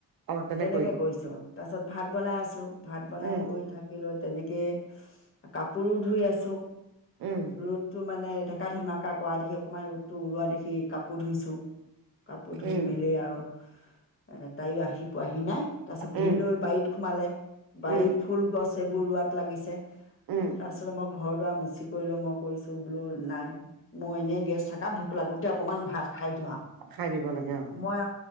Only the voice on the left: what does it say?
তেনেকে
কৰিছো
তাৰপিছত ভাত বনাই আছো ভাত বনাই
কৰি থাকিলে তেনেকে কাপোৰো ধুই আছো
ৰ'দটো মানে ঢেকা ধেমকা কৰা দেখি অকমান ৰ'দটো ওলোৱা দেখি কাপোৰ ধুইছো কাপোৰ ধুই
মেলি আৰু এ তাইো আহি পোৱাহি নাই তাৰপিছত ভিন
দৌ বাৰীত সোমালে বাৰীৰ
ফুল গছ এইবোৰ ৰোৱাত লাগিছে
তাৰ পিছত মই ঘৰ দাৰ মুচি কৰি লৈ মই কৰিছো ত বলো নাই মই এনেই গেছ থকা ভ লাগোতে অকমান ভাত খাই দিওঁ আৰু
মই